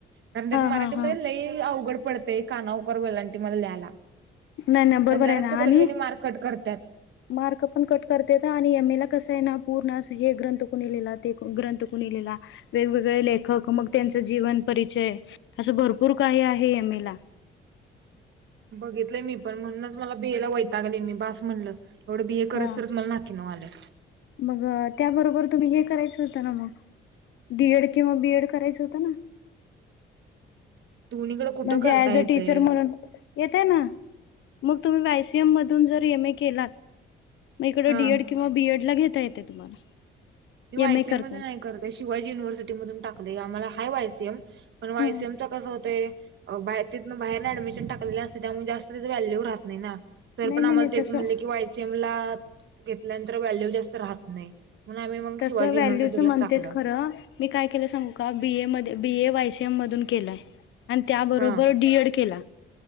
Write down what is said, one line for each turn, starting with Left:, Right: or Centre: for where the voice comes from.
Right: कारण त्यात
Left: हा
Right: मराठीमध्ये
Left: हा हा
Right: लई अवघड पडतंय काना, उकार, वेलांटी मला ल्यायला
Left: नाही नाही बरोबर
Right: आणि जरा
Left: आहे ना
Right: चुकलं
Left: आणि
Right: की त्यनी मार्क कट करत्यात
Left: मार्क पण कट करतेेतं आणि एमएला कसं आहे ना पूर्ण अस हे ग्रंथ कुणी लिहिला ते कु ग्रंथ कुणी लिहिलेला वेगवेगळे लेखक मग त्यांच जीवन परिचय असं भरपूर काही आहे एमएला
Right: बघितलंय मी पण म्हणूनच मला बीए ला वैतागले मी बास म्हणलं एवढं बीए करुसतरचं
Left: हा
Right: मला नाकीनव आलंय
Left: मग त्याबरोबर तुम्ही हे करायचं होतं ना मग डीएड किंवा बीएड करायचं होतं ना
Right: दोन्हीकडे कुठं
Left: म्हणजे
Right: करता
Left: ऍज
Right: येतंय
Left: अ टीचर म्हणून येतंय ना मग तुम्ही वायसीएम मधून जर एमए केलात मग इकड
Right: हा.
Left: डीएड किंवा बीएड ला घेता येत्यात तुम्हाला
Right: मी वायसीएम
Left: एम ए करताना
Right: मध्ये नाही करतेय शिवाजी युनिव्हर्सिटी मधून टाकलयं आम्हाला हाय वायसीएम पण वायसीएमच
Left: ह
Right: कसं होतंय अ बाहेर तिथन बाहेरनं ऍडमिशन टाकलेलं असते त्यामुळे जास्त तिथं व्हॅल्यू राहत नाही ना सर
Left: नाही
Right: पण
Left: नाही
Right: आम्हाला
Left: नाही
Right: तेच
Left: तसं
Right: म्हणले की वायसीएम ला घेतल्यानंतर व्हॅल्यू जास्त राहत नाही, म्हणून आम्ही मग
Left: तसं
Right: शिवाजी
Left: व्हॅल्यूच
Right: युनिव्हर्सिटीलाच
Left: म्हणतेत
Right: टाकलं
Left: खरं मी काय केलं सांगू का बीए म बीए वायसीएम मधून केलाय आणि त्याबरोबर
Right: हा
Left: डीएड केला